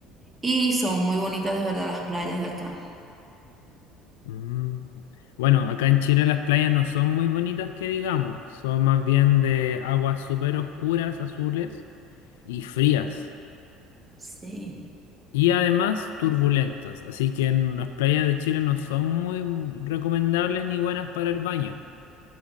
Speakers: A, on the right; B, on the left.
A: Y son muy bonitas de verdad las playas de acá.
B: Mm, Bueno, acá en Chile las playas no son muy bonitas que digamos, son más bien de aguas súper oscuras, azules y frías.
A: Sí.
B: Y además turbulentas, así que en las playas de Chile no son muy recomendables ni buenas para el baño.